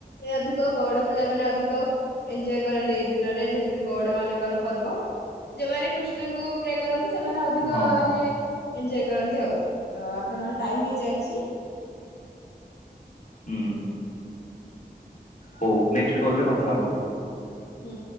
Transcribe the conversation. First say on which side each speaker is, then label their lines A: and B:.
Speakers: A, on the left; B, on the left.
A: ଏ ଅଧିକ ଗୌଡ ପିଲା ମାନେ ଅଧିକ ଏଞଜୟ କରନ୍ତି ଏଇ ଦିନରେ ଯେହେତୁ ଗୌଡ ମାନଙ୍କର ପର୍ବ ଯୋଉମାନେ କୃଷ୍ଣଙ୍କୁ ପ୍ରେ କରନ୍ତି ସେମାନେ ଅଧିକ
B: ହଁ
A: ମାନେ ଏଞଜୟ କରନ୍ତି ଆଉ ତ ଆପଣ ଟାଇମ ହେଇ ଚାଛି
B: ହୁଁ ହଉ ନେକ୍ କଲରେ କଥା ହବା
A: ହୁଁ